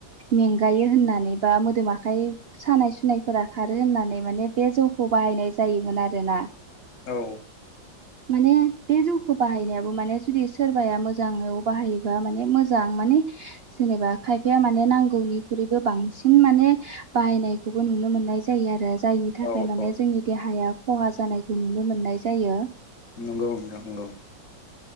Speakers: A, on the right (about 75°); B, on the left (about 45°).
A: मेंगायो होननानै बा मोदोम आखाइ सानाय सुनायफोरा खारो होननानै माने बे जौखौ बाहायनाय जायोमोन आरोना।
B: औ।
A: माने बे जौखौ बाहायनायाबो माने जुदि सोरबाया मोजाङाव बाहायोबा माने मोजां माने जेनेबा खायफाया माने नांगौनिख्रुइबो बांसिन माने बाहायनाय खौबो नुनो मोननाय जायो आरो। जायनि थाखाय
B: औ
A: माने
B: औ
A: जोंनि देहाया खहा जानायखौ नुनो मोननाय जायो।
B: नंगौ नंगौ।